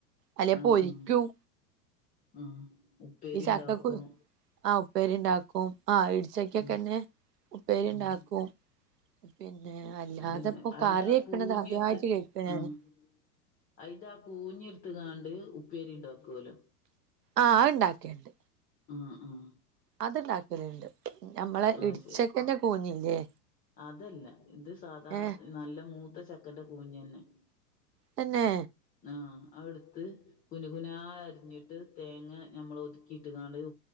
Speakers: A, on the right; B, on the left.
A: അല്ലെ
B: ആ
A: പൊരിക്കും
B: ആ ഉം ഉപ്പേരി
A: ഈ ചക്കക്ക
B: ഉണ്ടാക്കും
A: ആ ഉപ്പേരി ഉണ്ടാക്കും ആഹാ ഉച്ചക്കൊക്കെ
B: ഉം
A: തന്നെ ഉപ്പേരിണ്ടാക്കും
B: ഉം
A: പിന്നെ അല്ലാതെ
B: അതന്നെ
A: ഇപ്പോ
B: അയിന്റെ
A: കറി
B: ആ
A: വെക്കണത്
B: കൂഞ്ഞിട്ത്ത്
A: ആദ്യയിട്ട് കേൾക്ക ഞാന്
B: ആഹ് അയിന്റെ ആ കൂഞ്ഞി എടുത്ത്കാണ്ട് ഉപ്പേരി ഉണ്ടാക്കുവല്ലോ
A: ആഹ് അത് ഇണ്ടാക്കേണ്ട്
B: ഉം ഉം
A: അത്ണ്ടാക്കലണ്ട് നമ്മളെ
B: ആഹ്
A: ഇടിച്ചക്കന്റെ
B: ശരി
A: കൂഞ്ഞില്ലേ
B: അതല്ല ഇത് സാദാ
A: ഏഹ്
B: നല്ല മൂത്ത ചക്കന്റെ കൂഞ്ഞന്നെ
A: തന്നെ
B: ആഹ് അത്ടുത്ത് കുന കുന അരിഞ്ഞിട്ട് തേങ്ങ ഞമ്മൾ ഒതുക്കിയിട്ട് കാണ